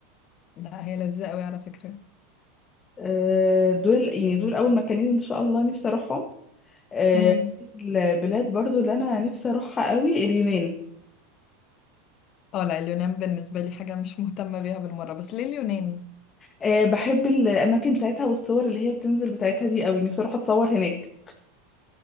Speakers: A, on the left; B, on the left.
A: لا هي لذيذه قوي على فكره
B: آه، دول يعني دول اول مكانين ان شاء الله نفسي اروحهم آه،
A: مم.
B: البلاد برضو اللي انا نفسي اروحها قوي اليونان
A: اه لا اليونان بالنسبة لي حاجة مش مهتمة بيها بالمرة بس ليه اليونان؟
B: آه، بحب الاماكن بتاعتها والصور اللي هي بتنزل بتاعتها دي قوي نفسي اروح اتصور هناك